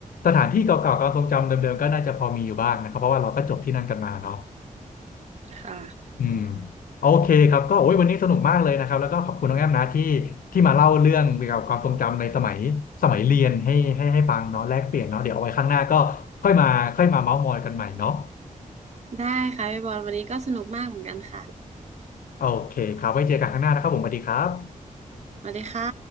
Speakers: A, on the left; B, on the right.
A: สถานที่เก่าๆความทรงจำเดิมๆก็น่าจะพอมีอยู่บ้างนะครับเพราะว่าเราก็จบที่นั่นกันมาเนาะ
B: ค่ะ
A: อืมโอเคครับก็โอ้ยวันนี้สนุกมากเลยนะครับแล้วก็ขอบคุณน้องแอมนะที่ที่มาเล่าเรื่องเกี่ยวกับความทรงจำในสมัยสมัยเรียนให้ให้ให้ฟังเนาะแลกเปลี่ยนเนาะเดี๋ยวเอาไว้ข้างหน้าก็ค่อยมาค่อยมาเม้าท์มอยกันใหม่เนาะ
B: ได้ค่ะพี่บอลวันนี้ก็สนุกมากเหมือนกันค่ะ
A: โอเคครับไว้เจอกันข้างหน้านะครับผมสวัสดีครับ
B: มาเลยค่ะ